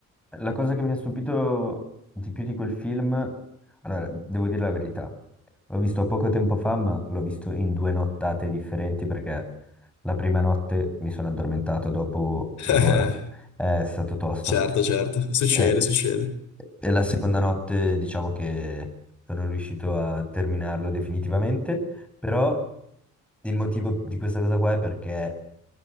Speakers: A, in the centre; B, on the left (about 70°).
A: la cosa che mi ha stupito di più di quel film, allora, devo dire la verità, l'ho visto poco tempo fa, ma l'ho visto in due nottate differenti perché la prima notte mi sono addormentato dopo
B: <laughs>
A: un'ora, Eh, è stato tosto.
B: Certo, certo, succede,
A: E,
B: succede.
A: e la seconda notte, diciamo che sono riuscito a terminarlo definitivamente, però il motivo di questa cosa qua è perché